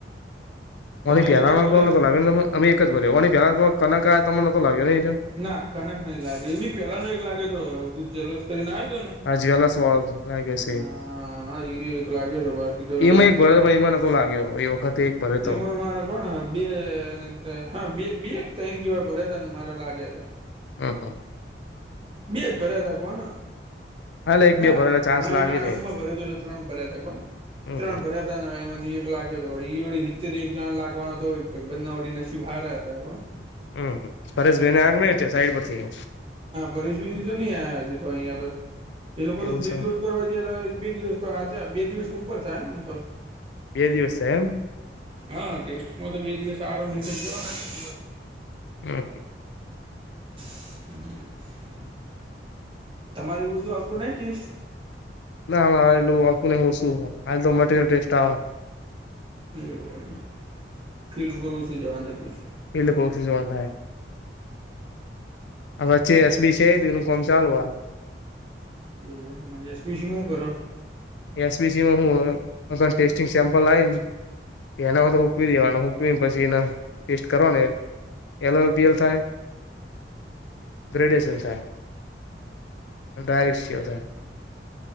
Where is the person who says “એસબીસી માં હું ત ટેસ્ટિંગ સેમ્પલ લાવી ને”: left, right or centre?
Left